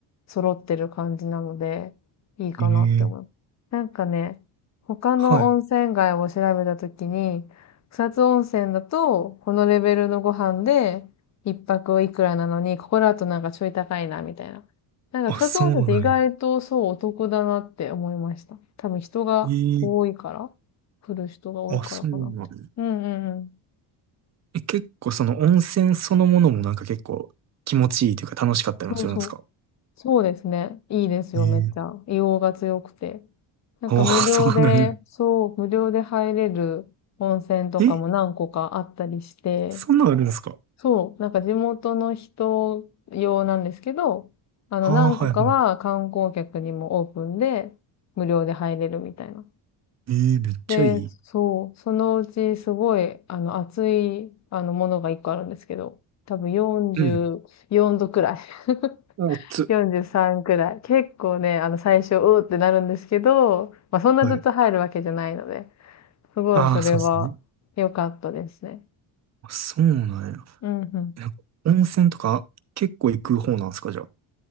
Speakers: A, on the left; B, on the right.
A: 揃ってる感じなので、いいかなって思う。
B: ええ
A: なんかね、他の温泉街を調べたときに、
B: はい。
A: 草津温泉だと、このレベルのご飯で、一泊いくらなのに、ここだとなんかちょい高いな、みたいな。なんか草津温泉って意外とそうお得だなって思いました。
B: あ、そうなんや。
A: 多分人が多いから、
B: ええ
A: 来る人が多いからかなって。
B: あ、そうなんや。
A: うんうんうん。
B: え、結構その温泉そのものもなんか結構気持ちいいというか楽しかったりもするんですか
A: そうそう。そうですね。いいですよ、
B: ええ
A: めっちゃ。硫黄が強くて。なんか無料で、
B: ああ、そうなんや。
A: そう、無料で入れる温泉とかも何個かあったりして、
B: え、そんなんあるんですか
A: そう、なんか地元の人用なんですけど、あの何個かは観光客にもオープンで無料で入れるみたいな。
B: ああ、はいはい。ええめっちゃいい。
A: で、そう、そのうちすごい、あの、熱い、あの、ものが一個あるんですけど、多分44度くらい、
B: うん。
A: <laughs>
B: おつ。
A: 43くらい。結構ね、あの、最初、うーってなるんですけど、まあ、そんなずっと入るわけじゃないので、
B: はい。
A: すごいそれは良かったですね。
B: ああ、そうですね。あ、そうなんや。
A: うんうん。
B: えなんか温泉とか結構行く方なんですかじゃあ。